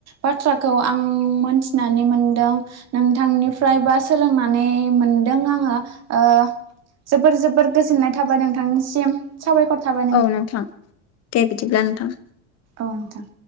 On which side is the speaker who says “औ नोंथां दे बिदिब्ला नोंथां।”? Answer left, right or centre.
Left